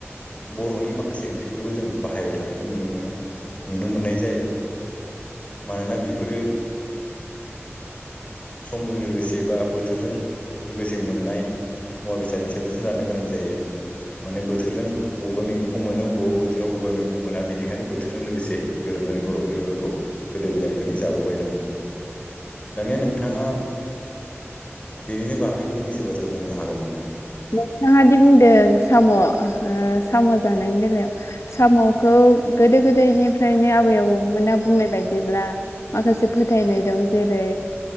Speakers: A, on the left (about 25°); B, on the left (about 75°).
A: बर'नि माखासे ओंख्रिफोरखौ जों बाहायबाय थानायखौ नुनो मोना नुनो मोननाय जाया मानोना बेफोरो समजों लोगोसे बा बोथोरजों लोगोसे मोननाय मुवा बेसादनि सायावसो सोनारनो गोनां जायो माने बोथोरजों बबेबा मैगंखौ मोनो अबेबा बोथोराव अबेबा मेगंखौ मोना बेनिखायनो बोथोरजों लोगोसे गोरोब जोबनानै बर' इफोरखौ गोदो गोदायनिफ्रायनो जाबोबाय दं दानिया नोंथाङा बेनिनो बागै फंनैसो बाथ्रा बुंनो हागोन नामा
B: नोंथाङा दि बुंदों साम' साम' जानायनि बेलायाव साम'खौ गोदो गोदायनिफ्रायनो आबै आबौमोना बुंनाय बायदि बिदिब्ला माखासे फोथायनाय दं जेरै